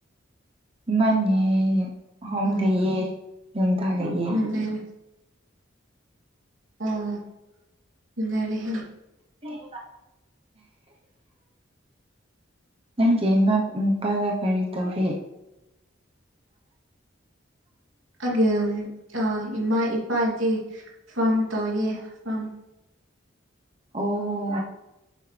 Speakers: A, on the right (about 30°); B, on the right (about 85°).
A: ꯏꯃꯥꯅꯦ ꯑꯍꯨꯝ
B: ꯑꯣ
A: ꯂꯩꯌꯦ ꯌꯨꯝꯗ ꯂꯩꯌꯦ
B: ꯅꯨꯡꯉꯥꯏ ꯑꯣ ꯎꯅꯔꯦꯍꯦ
A: <inaudible> ꯅꯪꯒꯤ ꯏꯃꯥ ꯃꯄꯥꯗ ꯀꯔꯤ ꯇꯧꯔꯤ
B: ꯑꯒꯤꯝ ꯑ ꯏꯃꯥ ꯏꯄꯥꯗꯤ ꯐꯥꯝ ꯇꯧꯌꯦ ꯐꯥꯝ
A: ꯑꯣ